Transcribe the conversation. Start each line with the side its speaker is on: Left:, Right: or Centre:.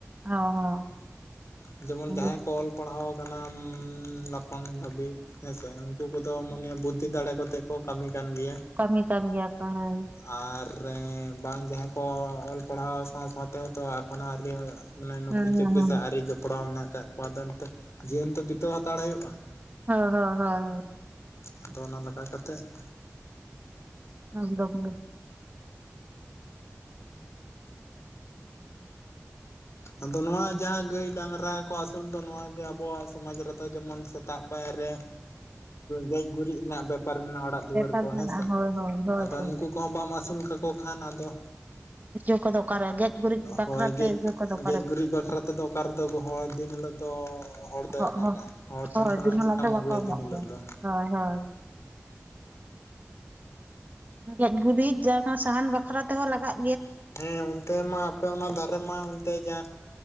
Right: ᱦᱳ ᱦᱳ
Left: ᱡᱮᱢᱚᱱ ᱡᱟᱦᱟᱸᱭ
Right: ᱾
Left: ᱠᱚ ᱚᱞ ᱯᱟᱲᱦᱟᱣ ᱟᱠᱟᱱᱟᱢ ᱞᱟᱯᱷᱟᱝ ᱫᱷᱟᱹᱵᱤᱡ ᱦᱮᱸᱥᱮ ᱩᱱᱠᱩ ᱠᱚᱫᱚ ᱢᱟᱱᱮ ᱵᱩᱫᱽᱫᱷᱤ ᱫᱟᱲᱮ ᱠᱚᱛᱮ ᱠᱚ ᱠᱟᱹᱢᱤ ᱠᱟᱱ ᱜᱮᱭᱟ
Right: ᱠᱟᱹᱢᱤ ᱠᱟᱱ ᱜᱮᱭᱟ ᱠᱚ ᱦᱳᱭ
Left: ᱟᱨ ᱨᱮ ᱵᱟᱝ ᱡᱟᱦᱟᱸᱭ ᱠᱚ ᱚᱞ ᱯᱟᱲᱦᱟᱣ ᱥᱟᱶ ᱥᱟᱶᱛᱮ ᱦᱚᱭᱛᱚ ᱟᱠᱚᱱᱟᱜ ᱟᱹᱨᱱᱤ ᱦᱩᱭᱩᱜ - ᱟ ᱾ ᱢᱟᱱᱮ ᱱᱚᱩᱠᱨᱤ
Right: ᱦᱮᱸ
Left: ᱪᱟᱹᱠᱨᱤ
Right: ᱦᱮᱸ ᱦᱮᱸ
Left: ᱥᱟᱶ ᱟᱹᱣᱨᱤ ᱡᱚᱯᱲᱟᱣ ᱢᱮᱱᱟᱜ ᱠᱟᱫ ᱠᱚᱣᱟ ᱫᱚ ᱱᱤᱛᱚᱜ ᱡᱤᱭᱚᱱ ᱛᱚ ᱵᱤᱛᱟᱹᱣ ᱦᱟᱛᱟᱲ ᱦᱩᱭᱩᱜᱼᱟ ᱾
Right: ᱦᱳᱭ ᱦᱳᱭ ᱦᱩᱭ ᱾
Left: ᱟᱫᱚ ᱚᱱᱟ ᱞᱮᱠᱟ ᱠᱟᱛᱮᱜ ᱾
Right: ᱟ ᱰᱵ <unintelligible> ᱜᱮ <unintelligible>
Left: ᱟᱫᱚ ᱱᱚᱣᱟ ᱡᱟᱦᱟᱸ ᱜᱟᱹᱭ ᱰᱟᱝᱨᱟ ᱠᱚ ᱟᱹᱥᱩᱞ ᱫᱚ ᱱᱚᱣᱟᱜᱮ ᱟᱵᱚᱣᱟᱜ ᱥᱚᱢᱟᱡ ᱨᱮᱫᱚ ᱡᱮᱢᱚᱱ ᱥᱮᱛᱟᱜ ᱯᱟᱭᱟᱨ ᱨᱮ ᱜᱮᱡ ᱜᱩᱨᱤᱡ ᱨᱮᱱᱟᱜ ᱵᱮᱯᱟᱨ ᱵᱮᱯᱟᱨ ᱨᱮᱱᱟᱜ ᱚᱲᱟᱜ ᱫᱩᱣᱟᱹᱨ
Right: ᱵᱮᱯᱟᱨ
Left: ᱠᱚ
Right: ᱢᱮᱱᱟᱜᱼᱟ
Left: ᱦᱮᱸ ᱥᱮ
Right: ᱦᱳᱭ ᱦᱳᱭ ᱦᱳᱭ
Left: ᱟᱫᱚ
Right: ᱛᱚ
Left: ᱱᱩᱠᱩ ᱠᱚᱦᱚᱸ ᱵᱟᱢ ᱟᱹᱥᱩᱞ ᱠᱟᱠᱚ ᱠᱷᱟᱱ ᱟᱫᱚ
Right: ᱚ ᱠᱚᱫᱚ ᱚᱠᱟᱨᱮ ᱜᱮᱡ ᱜᱩᱨᱤᱡ ᱵᱟᱠᱷᱨᱟᱛᱮ
Left: ᱦᱳᱭ ᱜᱮᱡ
Right: ᱤᱭᱟᱹᱠᱚᱫᱚ <unintelligible>
Left: ᱜᱮᱡ ᱜᱩᱨᱤᱡ ᱵᱟᱠᱷᱨᱟ ᱛᱮᱫᱚ ᱚᱠᱟᱨᱮᱫᱚ ᱦᱚᱲ ᱫᱤᱱ ᱦᱤᱞᱳᱜ ᱫᱚ ᱦᱚᱲ ᱫᱚᱭ
Right: ᱦᱚᱸ
Left: ᱮᱢᱟᱢᱟ
Right: ᱦᱚᱸ
Left: ᱦᱚᱲ ᱴᱷᱮᱱ
Right: ᱦᱳᱭ
Left: ᱠᱷᱚᱱᱟᱜ
Right: ᱫᱤᱱ
Left: ᱦᱚ
Right: ᱦᱤᱞᱳᱜ
Left: ᱪᱮᱫᱠᱟᱢ ᱟᱹᱜᱩᱭᱟ
Right: ᱵᱟᱠᱚ ᱮᱢᱚᱜ
Left: ᱫᱤᱱ ᱦᱤᱞᱳᱜ
Right: ᱜᱮᱭᱟ
Left: ᱫᱚ
Right: ᱦᱳᱭ ᱦᱳᱭ ᱾ ᱜᱮᱡ ᱜᱩᱨᱤᱡ ᱡᱟᱸᱦᱟ ᱥᱟᱦᱟᱱ ᱵᱟᱠᱷᱨᱟ ᱛᱮᱦᱚᱸ ᱞᱟᱜᱟᱜ ᱾
Left: ᱦᱮᱸ ᱚᱱᱛᱮ ᱢᱟ ᱟᱯᱮ ᱚᱱᱟ ᱫᱟᱨᱮ ᱢᱟ ᱚᱱᱛᱮ ᱡᱟ